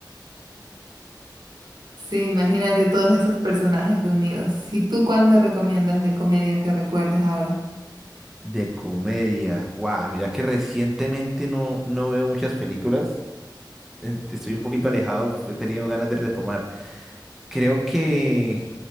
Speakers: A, on the right; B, in the centre.
A: Sí, imagínate todos esos personajes reunidos. Si tú, ¿cuál me recomiendas de comedia que recuerdes ahora?
B: De comedia. Guau, mira que recientemente no, no veo muchas películas. en- Estoy un poquito alejado, he tenido ganas de retomar. Creo que,